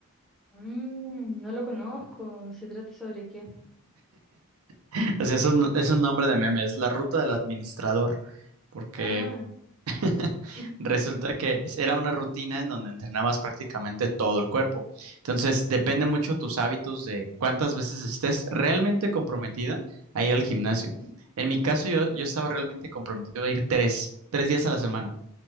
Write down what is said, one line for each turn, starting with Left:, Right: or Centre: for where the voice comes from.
Centre: Mm, no lo conozco. ¿Se trata sobre qué?
Right: <laughs> O sea, eso es un- es un nombre de meme, es la ruta del administrador, porque
Centre: Ah.
Right: <laughs>
Centre: <laughs>
Right: resulta que era una rutina en donde entrenabas prácticamente todo el cuerpo. Entonces, depende mucho tus hábitos de cuántas veces estés realmente comprometida a ir al gimnasio.
Centre: Ujú,
Right: En mi caso, yo, yo estaba realmente comprometido a ir tres, tres días a la semana.